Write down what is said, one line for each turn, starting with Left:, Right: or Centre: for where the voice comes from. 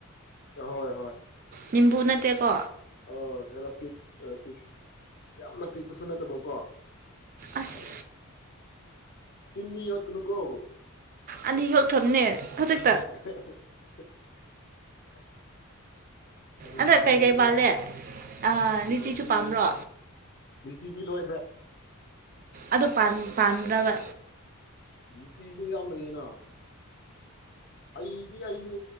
Left: ꯍꯣꯏ ꯍꯣꯏ
Right: ꯅꯤꯝꯕꯨ ꯅꯠꯇꯦꯀꯣ
Left: ꯑꯣ ꯈꯔ ꯄꯤꯛ ꯈꯔ ꯄꯤꯛ ꯌꯥꯝꯅ ꯄꯤꯛꯄꯁꯨ ꯅꯠꯇꯕꯀꯣ <unintelligible>
Right: ꯑꯁ
Left: ꯊꯤꯟꯗꯤ ꯌꯣꯠꯀꯅꯨ ꯀꯣ
Right: ꯑꯩꯗꯤ ꯌꯣꯛꯈ꯭ꯔꯕꯅꯦ ꯍꯧꯖꯤꯛ
Left: <unintelligible> ꯑꯁ ꯑꯗꯨꯗꯤ
Right: ꯑꯗ
Left: ꯁꯣꯏꯔꯦꯍꯦ
Right: ꯀꯩꯀꯩ ꯄꯥꯜꯂꯦ ꯑꯥ ꯂꯤꯆꯤꯁꯨ
Left: ꯑꯗꯨꯗꯤ
Right: ꯄꯥꯝꯕ꯭ꯔꯣ
Left: ꯂꯤꯆꯤꯗꯤ ꯂꯣꯏꯈ꯭ꯔꯦ
Right: ꯑꯗꯣ ꯄꯥꯟꯕꯨ ꯄꯥꯟꯕ꯭ꯔꯕ
Left: ꯂꯤꯆꯤꯁꯨ ꯌꯥꯝ ꯂꯩꯌꯦꯅ ꯍꯩꯗꯤ ꯑꯩꯁꯨ